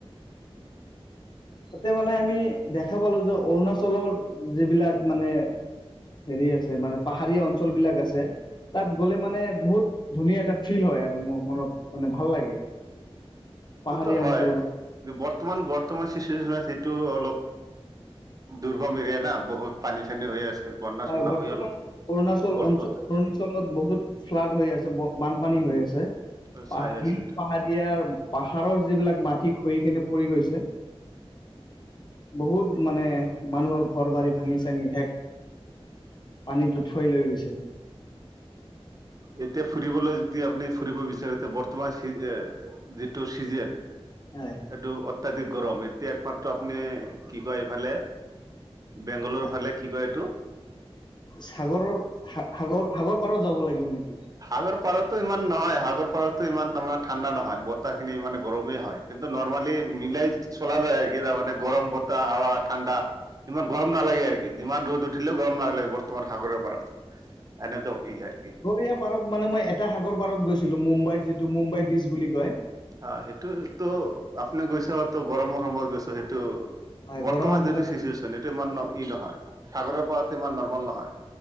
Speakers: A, on the left; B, on the right.
A: তাতে মানে আমি দেখা পালো যে অৰুণাচলৰ যিবিলাক মানে হেৰি আছে মানে পাহাৰীয়া অঞ্চল বিলাক আছে। তাত গলে মানে বহুত ধুনীয়া এটা ফিল হয় আৰু মনত মানে ভাল লাগে। পাহাৰীয়া
B: ততো হয়',
A: অঞ্চল
B: বৰ্তমান-বৰ্তমান ছিজন আছে সেইটো অলপ দুৰ্গম এৰিয়া না বহুত পানী চানী হৈ আছে। বন্যা
A: হয়',
B: চন্যা
A: বৰ্তমান
B: হৈ অলপ
A: অৰুণাচল
B: বৰ্তমান
A: অল অৰুণাচলত বহুত ফ্লাড হৈ আছে বানপানী।
B: উম
A: হৈ আছে
B: চাই
A: পাহিল
B: আছো এইটো
A: পাহাৰিয়াৰ পাহাৰৰ যিবিলাক মাটি খহি কেনে পৰি গৈছে। বহুত মানে মানুহৰ ঘৰ বাৰী ভাঙি-চাঙি শেষ। পানীত উঠুৱাই লৈ গৈছে।
B: এতিয়া ফুৰিবলৈ যদি আপুনি ফুৰিব বিচাৰে তে বৰ্তমান যিটো চিজন এইটো
A: হয়।
B: অত্যাধিক গৰম, এতিয়া একমাত্ৰ আপুনি কি কয় এইফালে বেংগলৰ
A: হয়।
B: ফালে কি কয় এইটো?
A: সাগৰৰ সাগৰ সাগৰ পাৰত যাব লাগিব নেকি?
B: সাগৰ পাৰতো ইমান নহয়, সাগৰ পাৰতো ইমান তাৰমানে ঠাণ্ডা নহয়। বতাহখিনি মানে গৰমেই হয়। কিন্তু নৰ্মালি মিলাই চলা যায় আৰু কি তাৰমানে গৰম বতাহ হাৱা, ঠাণ্ডা ইমান গৰম নালাগে আৰু কি। যিমান ৰ'দ উঠিলেও গৰম নালাগে বৰ্তমান সাগৰৰ পাৰত। এনেটো কি আৰ কি।
A: এইয়া পাৰত মানে মই এটা সাগৰ পাৰত গৈছিলো, মুম্বাইত যিটো মুম্বাই বীচ বুলি কয়।
B: অ সেইটোতো আপুনি গৈছে, তো গৰমৰ সময়ত গৈছে। সেইটো
A: হয়
B: বৰ্তমান
A: গৰমৰ
B: যিটো
A: সময়তো
B: চিচুৱে্যন এইটো ইমান ই নহয়। সাগৰৰ পাৰত ইমান নৰ্মেল নহয়।